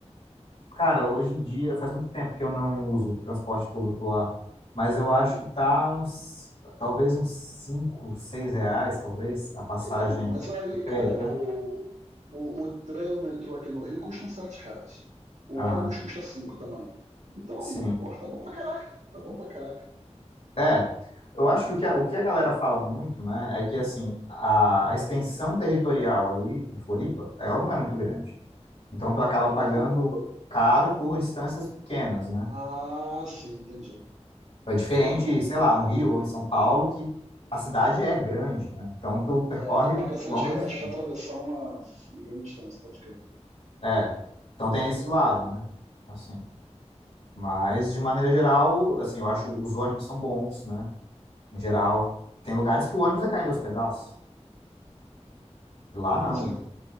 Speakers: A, on the left; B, on the right.
A: cara, hoje em dia, faz muito tempo que eu não uso transporte público lá, mas eu acho
B: Hum.
A: que tá uns, talvez uns 5, 6 reais, talvez, a passagem
B: Então, mas aí,
A: inteira.
B: cara,
A: Né?
B: o, o, o trem e o metrô aqui no Rio custam 7 reais. O
A: Aham.
B: ônibus custa 5 também. Então,
A: Sim.
B: pô, tá bom pra caraca. Tá bom pra caraca.
A: É, eu acho que o que a, o que a galera fala muito, né, é que, assim, a, a extensão territorial ali em Floripa, ela não é muito grande. Então, tu acaba pagando
B: Não.
A: caro por distâncias pequenas, né?
B: Ah, sim, entendi.
A: É diferente,
B: Entendi.
A: sei lá, no Rio ou em São Paulo, que a cidade é grande, né? Então, tu percorre
B: É, tu paga sete
A: longas...
B: reais pra atravessar uma, uma grande distância, pode crer.
A: É, então tem esse lado, né? Assim, mas, de maneira geral, assim, eu acho os ônibus são bons, né? Em geral. Tem lugares que o ônibus é caindo aos pedaços. Lá não,
B: Sim.
A: né?